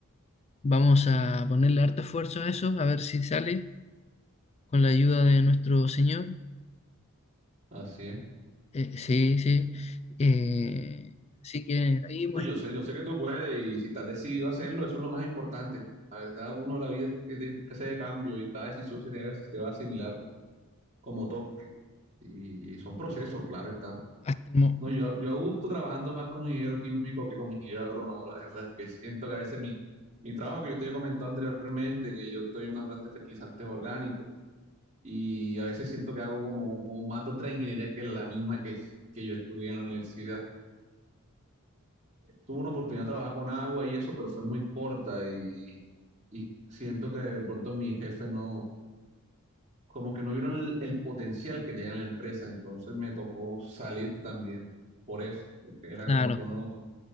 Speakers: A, on the left (about 30°); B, on the right (about 35°).
A: Vamos a ponerle harto esfuerzo a eso, a ver si sale con la ayuda de nuestro señor.
B: así es.
A: Eh, sí, sí. Eh, así que ahí, pues,
B: No, yo sé, yo sé que tú puedes y si estás decidido a hacerlo, eso es lo más importante. La verdad, uno la vida es de, que de cambio y cada decisión se te, se te va a asimilar como toque. Y son procesos, claro está.
A: hasta, el mo-
B: No, yo, yo a gusto trabajando más como ingeniero químico que como ingeniero agrónomo, la verdad, que siento que a veces mi, mi trabajo que yo te había comentado anteriormente, que yo estoy en una planta de fertilizantes orgánicos y a veces siento que hago como más de otra ingeniería que la misma que, que yo estudié en la universidad. tuve una oportunidad de trabajar con agua y eso, pero fue muy corta y, y siento que de pronto mi jefe no, como que no vieron el, el potencial que tenía en la empresa, entonces me tocó salir también por eso, porque era
A: claro,
B: como que uno,